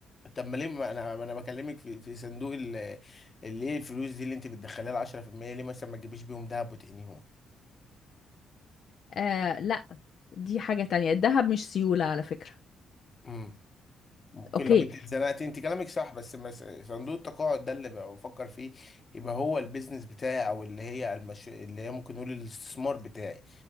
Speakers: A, on the left; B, on the left.
A: طب ما ليه ما انا ما انا بكلمك في في صندوق ال- اللي ايه الفلوس دي اللي انت بتدخليها ال 10% ليه مثلا ما تجيبيش بيهم دهب وتقنيهم
B: آه لا دي حاجة تانية الذهب مش سيولة على فكرة
A: امم ممكن
B: اوكي
A: لو انت اتزنقتي انت كلامك صح بس مس- صندوق التقاعد ده اللي بقى بفكر فيه يبقى هو البيزنس بتاعي او اللي هي المش... اللي هي ممكن نقول الاستثمار بتاعي